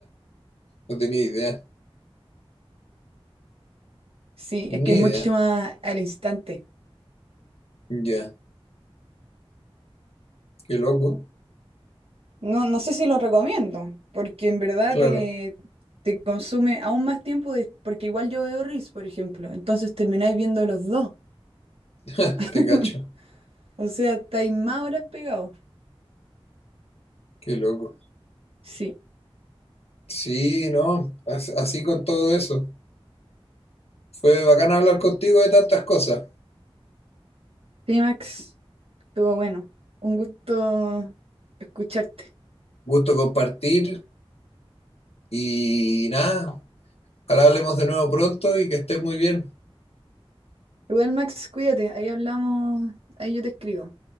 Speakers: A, on the left (about 85°); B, on the right (about 70°).
A: No tenía idea.
B: Sí, es
A: Ni
B: que es mucho
A: idea.
B: más al instante.
A: Ya. Qué loco.
B: No, no sé si lo recomiendo, porque en verdad
A: Claro.
B: te, te consume aún más tiempo, de- porque igual yo veo reels, por ejemplo, entonces termináis viendo los dos.
A: <laughs>
B: <laughs>
A: Te cacho.
B: O sea, estáis más horas pegados.
A: Qué loco.
B: Sí.
A: Sí, no. as- Así con todo eso. Fue bacán hablar contigo de tantas cosas.
B: Sí, Max, estuvo bueno. Un gusto escucharte.
A: Gusto compartir. Y nada. Ojalá hablemos de nuevo pronto y que estés muy bien.
B: Igual, Max, cuídate. Ahí hablamos, ahí yo te escribo.